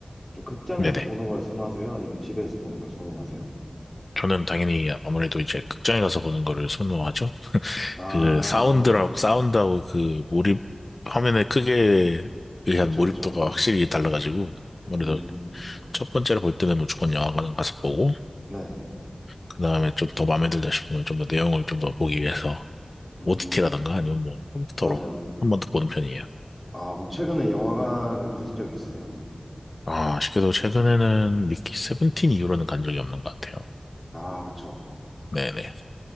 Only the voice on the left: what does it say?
네네.
저는 당연히 아무래도 이제 극장에 가서 보는 거를 선호하죠.
그 사운드라고,
사운드하고 그 몰입, 화면의 크기에 의한
몰입도가
확실히 달라가지고,
아무래로 첫 번째로 볼 때는 무조건 영화관을 가서 보고,
그 다음에 좀 더 마음에 들다 싶으면 좀 더 내용을 좀 더 보기 위해서
OTT라던가 아니면 뭐 컴퓨터로
한 번 더 보는 편이에요.
아, 아쉽게도 최근에는 미키 세븐틴 이후로는 간 적이 없는 것 같아요.
네네.